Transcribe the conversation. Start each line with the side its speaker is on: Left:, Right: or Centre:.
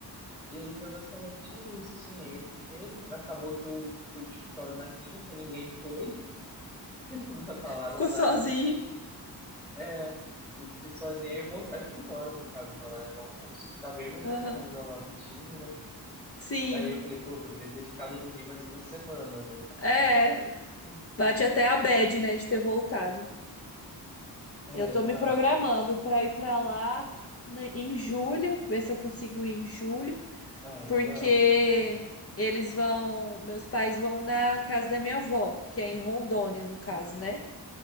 Centre: E aí foi basicamente isso, assim, aí eu fiquei. Acabou que eu fui pro escritório na quinta, ninguém foi, <laughs> não falaram
Left: Ficou
Centre: nada.
Left: sozinho.
Centre: É, tipo, eu fiquei sozinho, aí eu vol- aí fui embora pra casa na hora do almoço. Tava eu mais
Left: Aham.
Centre: uma menina lá do time, né?
Left: Sim.
Centre: Aí eu falei, pô, eu poderia ter ficado no Rio mais uma semana, né?
Left: É.
Centre: Mas, enfim.
Left: Bate até a bad, né? De ter voltado.
Centre: É,
Left: Eu tô
Centre: exato.
Left: me programando para ir para lá né, em julho, ver se eu consigo ir em julho,
Centre: Ah, legal.
Left: porque eles vão, meus pais vão na casa da minha avó, que é em Rondônia, no caso,
Centre: Uhum.
Left: né?